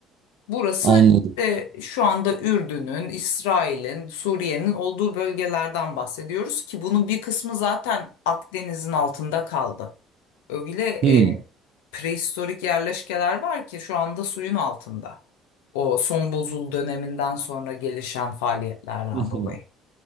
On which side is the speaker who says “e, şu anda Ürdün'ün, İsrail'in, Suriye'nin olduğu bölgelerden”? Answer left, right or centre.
Left